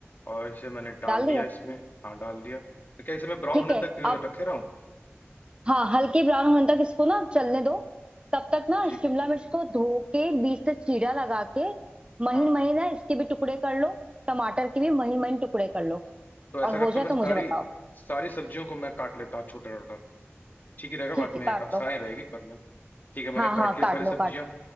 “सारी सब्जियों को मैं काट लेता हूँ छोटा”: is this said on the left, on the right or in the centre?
Left